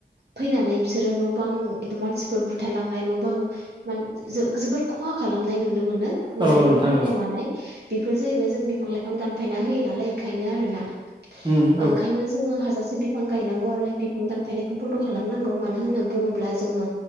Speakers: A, on the right (about 70°); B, on the right (about 25°).
A: फैनानै बिसोरो न' बां एबा मानसिफोर बुथारलांनाय न' बां मान जो-जोबोर खहा खालामनाय नुनो मोनो मैदेरफोर
B: औ नोंथां
A: फैनाय
B: औ
A: मानाय। बेफोर जाहैबाय जों बिफां लाइफां दानफायना होयो नालाय एखायनो आरोना।
B: उम औ
A: ओंखायनो जोङो हाजासे बिफ बिफां गायनांगौ आरो बिफां दानफायनायखौ बन्द' खालामनांगौ मानो होनना बुङोब्ला जोङो